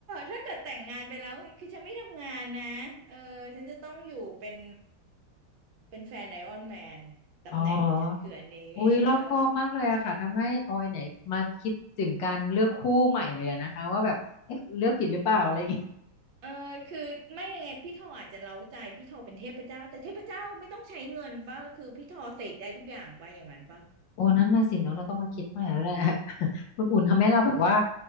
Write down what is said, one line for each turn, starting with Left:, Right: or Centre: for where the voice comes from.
Right: ถ้าเกิดแต่งงานไปแล้วคือฉันไม่ทำงานนะเออฉันจะต้องอยู่เป็นเป็นแฟนไอออนแมนตำแหน่งฉันคืออันนี้เออ
Left: อ๋ออุ้ยรอบคอบมากเลยอะค่ะทำให้ออยเนี่ยมาคิดถึงการเลือกคู่ใหม่เลยอะนะคะว่าแบบเอ๊ะเลือกผิดหรือเปล่าอะไรอย่างงี้
Right: เออคือไม่ยังไงพี่ทออาจจะเร้าใจพี่ทอเป็นเทพเจ้าแต่เทพเจ้าไม่ต้องใช้เงินป่ะคือพี่ทอเสกได้ทุกอย่างป่ะอย่างนั้นป่ะ
Left: โอ้นั่นน่ะสิเนาะเราต้องมาคิดใหม่แล้วแหละ <laughs> คุณอุ่นทำให้เราแบบว่า